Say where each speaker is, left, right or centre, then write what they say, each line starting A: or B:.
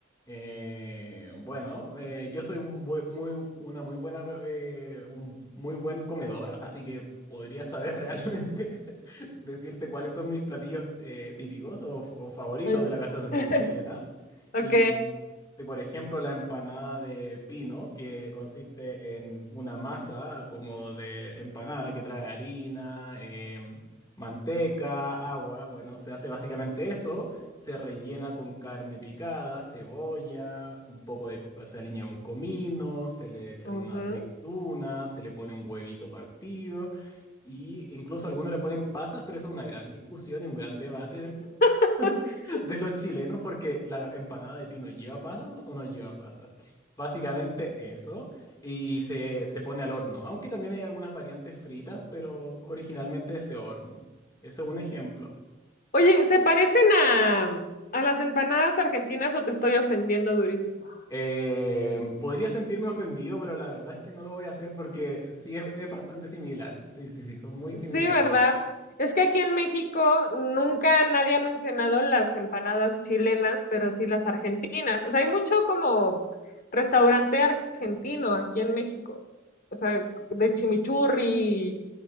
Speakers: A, on the left (about 20°); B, on the left (about 45°).
A: Eh, bueno, eh, yo soy un bue- muy, una muy buena, eh, un muy buen comedor, así que podría saber <laughs> realmente decirte cuáles son mis platillos eh, típicos o, f- o favoritos
B: Ay.
A: de la gastronomía
B: <laughs>
A: chilena.
B: Ok.
A: Y, y, por ejemplo, la empanada de pino, que consiste en una masa como de empanada que trae harina, em, manteca, agua. Bueno, se hace básicamente eso. Se rellena con carne picada, cebolla, un poco de, se aliña con comino, se le echan
B: Ujú.
A: una aceituna, se le pone un huevito partido y incluso algunos le ponen pasas, pero eso es una gran discusión y un gran debate dentro
B: <laughs>
A: <laughs> de los chilenos porque la empanada de pino lleva pasas o no lleva pasas. Básicamente eso y se, se pone al horno, aunque también hay algunas variantes fritas, pero originalmente es de horno. Eso es un ejemplo.
B: Oye, ¿se parecen a, a las empanadas argentinas o te estoy ofendiendo durísimo?
A: Eh, podría sentirme ofendido, pero la verdad es que no lo voy a hacer porque sí es, es bastante similar. Sí, sí, sí, son muy similares.
B: Sí, ¿verdad? Es que aquí en México nunca nadie ha mencionado las empanadas chilenas, pero sí las argentinas. O sea, hay mucho como restaurante argentino aquí en México. O sea, de chimichurri,